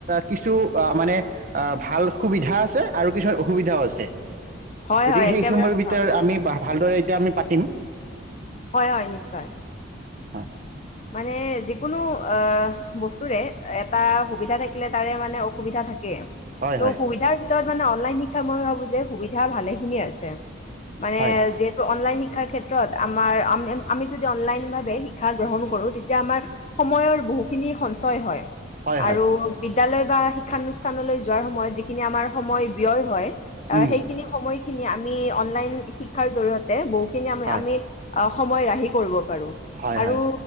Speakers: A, on the right; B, on the left.
A: কিছু অ' মানে অ' ভাল সুবিধা আছে আৰু কিছুমান অসুবিধাও আছে।
B: হয়,
A: গতিকে
B: হয়, একেবাৰে
A: সেই সময়ৰ
B: সঁচা
A: ভিতৰত
B: কথা কৈছা।
A: আমি ভালদৰে এতিয়া আমি পাতিম।
B: হয় হয় নিশ্চয়।
A: হ <unintelligible>
B: মানে যিকোনো বস্তুৰে এটা সুবিধা থাকিলে তাৰে মানে অসুবিধা থাকে।
A: হয়,
B: ত
A: হয়,
B: সুবিধাৰ কত মানে অনলাইন শিক্ষা মই ভাবোঁ যে সুবিধা ভালেখিনি আছে। মানে
A: হয়,
B: যিহেতু অনলাইন শিক্ষাৰ ক্ষেত্ৰত আমাৰ আমি যদি অনলাইনভাৱে শিক্ষা গ্ৰহণ কৰোঁ তেতিয়া আমাৰ সময়ৰ বহুখিনি সঞ্চয় হয়।
A: হয়, হয়,
B: আৰু
A: হয়
B: বি বিদ্যালয় বা শিক্ষানুষ্ঠানলৈ যোৱাৰ সময়ত যিখিনি আমাৰ সময় ব্যয় হয় অ
A: উম,
B: সেইখিনি সময় খিনি আমি অনলাইন শিক্ষাৰ জৰিয়তে বু কি আমি
A: হয়,
B: আমি অ সময় ৰাহি কৰিব পাৰো
A: হয়,
B: আৰু
A: হয়,